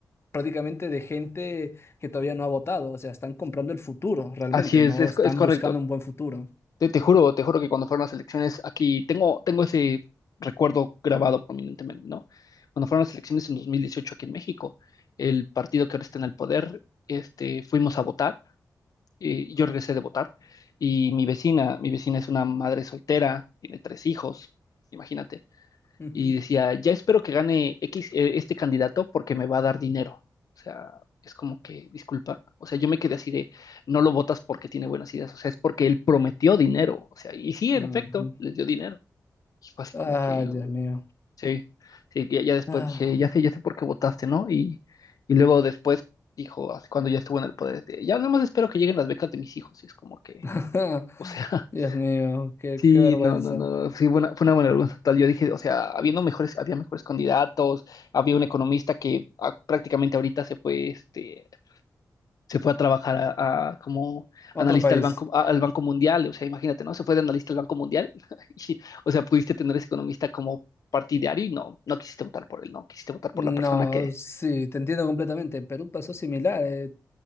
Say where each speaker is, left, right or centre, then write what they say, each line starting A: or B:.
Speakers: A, on the left (about 40°); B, on the left (about 65°).
A: prácticamente de gente que todavía no ha votado, o sea, están comprando el futuro realmente,
B: Así es,
A: no
B: es,
A: están
B: co- es correcto.
A: buscando un buen futuro.
B: Te, te juro, te juro que cuando fueron las elecciones, aquí tengo, tengo ese recuerdo grabado prominentemente, ¿no? Cuando fueron las elecciones en 2018 aquí en México, el partido que ahora está en el poder, este, fuimos a votar, eh, yo regresé de votar, y mi vecina, mi vecina es una madre soltera, tiene tres hijos, imagínate,
A: Ujú,
B: y decía, ya espero que gane X, eh, este candidato porque me va a dar dinero. O sea, es como que, disculpa, o sea, yo me quedé así de, no lo votas porque tiene buenas ideas, o sea, es porque él prometió dinero, o sea, y sí,
A: ujú.
B: en efecto, les dio dinero. Y fue así como
A: ah
B: que,
A: Dios
B: uh,
A: mío.
B: sí, sí, ya, ya después
A: Ah,
B: dije, ya sé, ya sé por qué votaste, ¿no? Y, y luego después dijo, así cuando ya estuvo en el poder, de, ya nada más espero que lleguen las becas de mis hijos, y es como que,
A: <laughs>
B: o sea,
A: Dios mío, qué,
B: Sí,
A: qué vergüenza.
B: no, no, no, sí, fue una, fue una buena vergüenza total. Yo dije, o sea, habiendo mejores, había mejores candidatos, había un economista que ah, prácticamente ahorita se fue, este, se fue a trabajar a, a como
A: Otro
B: analista
A: país.
B: al banco, a- al Banco Mundial, o sea, imagínate, ¿no? Se fue de analista al Banco Mundial, <laughs> y, o sea, pudiste tener ese economista como partidario y no, no quisiste votar por él, no, quisiste votar
A: No,
B: por la persona que...
A: sí, te entiendo completamente. En Perú pasó similar. eh,